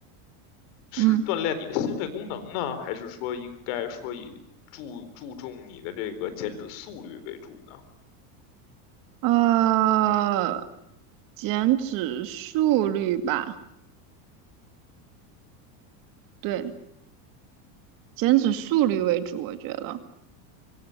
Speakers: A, on the left (about 65°); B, on the right (about 50°).
A: 是锻炼你的心肺功能呢，
B: 嗯，
A: 还是说应该说以注注重你的这个减脂速率为主呢？
B: 呃，减脂速率吧，对，减脂速率为主，我觉得，